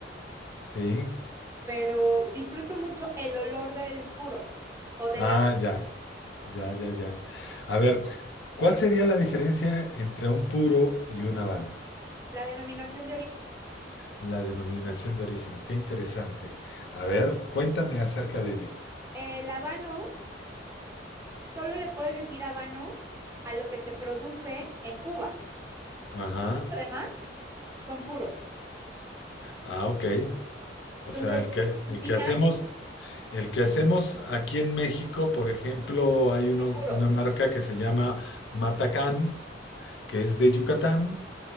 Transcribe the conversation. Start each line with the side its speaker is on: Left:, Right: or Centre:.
Left: sí.
Right: pero disfruto mucho el olor del puro o de
Left: Ah,
Right: la,
Left: ya, ya, ya, ya. A ver, ¿cuál sería la diferencia entre un puro y un habano?
Right: la denominación de origen.
Left: La denominación de origen, qué interesante. A ver, cuéntame acerca de ello.
Right: El habano, solo le puedes decir habano a lo que se produce en Cuba.
Left: Ajá.
Right: Además, son puros.
Left: Ah, ok. O
Right: Entonces,
Left: sea, el que,
Right: el
Left: el
Right: final
Left: que hacemos, el que hacemos aquí en México, por ejemplo, hay uno,
Right: es puro,
Left: una marca que se llama Matacán, que es de Yucatán.